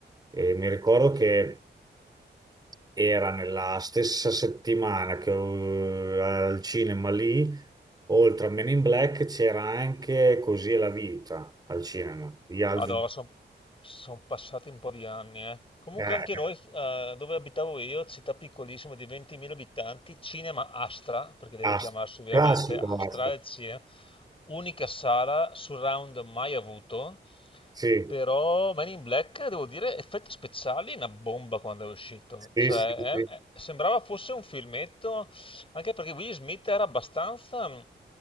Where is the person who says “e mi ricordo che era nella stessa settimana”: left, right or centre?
Right